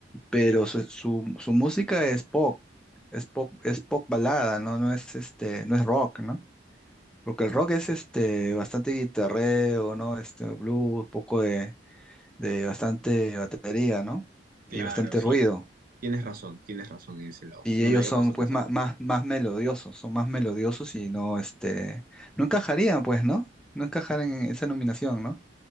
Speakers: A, in the centre; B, on the right (about 50°).
A: Pero su, su, su música es pop, es pop, es pop balada, ¿no? No es este, no es rock, ¿no? Porque el rock es este bastante guitarreo, ¿no? Este blues, poco de, de bastante batería, ¿no?
B: Claro,
A: Y bastante
B: sí,
A: ruido.
B: tienes razón, tienes razón en ese lado.
A: Y
B: No
A: ellos
B: me había
A: son
B: puesto
A: pues
B: a pensar.
A: más, más, más melodiosos, son más melodiosos y no este, no encajarían, pues, ¿no? No encajarían en esa nominación, ¿no?